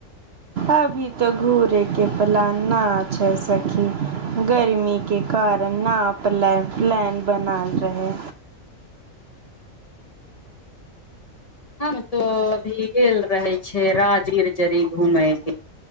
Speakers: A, on the right; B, on the left.
A: अभी त घुरय के पलान ना छै सखी, गर्मी के कारण न पल प्लान बनल रहै।
B: हम तो अभी गेल रहै छै राजगीर जरी घुमय के,